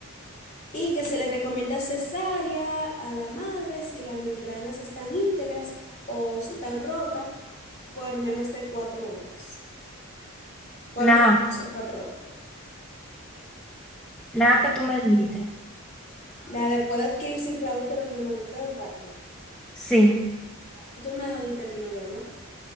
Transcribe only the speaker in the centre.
La
A,
la A que tú me dijiste.
Sí.